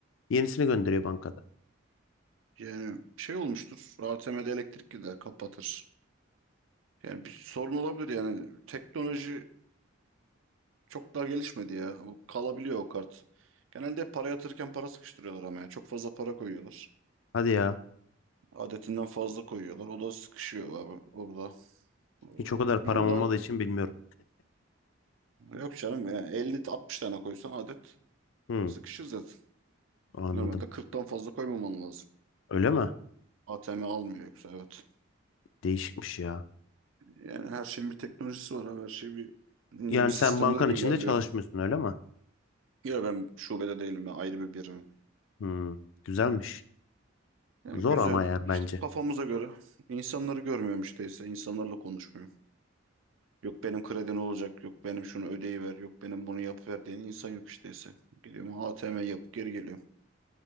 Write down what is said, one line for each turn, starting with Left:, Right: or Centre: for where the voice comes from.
Left: Yenisini gönderiyor bankada.
Right: Yani şey olmuştur. ATM'de elektrik gider, kapatır. Yani bir sorun olabilir yani. Teknoloji çok daha gelişmedi ya. Bu kalabiliyor o kart. Genelde para yatırırken para sıkıştırıyorlar ama ya. Çok fazla para koyuyorlar.
Left: Hadi ya.
Right: Adetinden fazla koyuyorlar. O da sıkışıyor abi orada. Hmm,
Left: Hiç o kadar param
Right: Ama
Left: olmadığı
Right: da
Left: için bilmiyorum.
Right: yok canım ya. 50-60 tane koysan adet
Left: Hmm,
Right: sıkışır zaten.
Left: anladım.
Right: Normalde 40'tan fazla koymaman lazım.
Left: Öyle mi?
Right: ATM almıyor yoksa evet.
Left: Değişikmiş ya.
Right: Yani her şeyin bir teknolojisi var abi. Her şey bir hmm,
Left: Yani
Right: sistemde
Left: sen bankan
Right: ilerliyor.
Left: içinde çalışmıyorsun öyle mi?
Right: Ya ben şubede değilim ya ayrı bir birim.
Left: Hmm, güzelmiş.
Right: Yani
Left: Zor
Right: güzel
Left: ama ya bence.
Right: işte kafamıza göre insanları görmüyorum işte ise insanlarla konuşmuyorum. Yok benim kredin olacak yok benim şunu ödeyiver yok benim bunu yapıver diyen insan yok işte ise. Gidiyorum ATM yap geri geliyorum.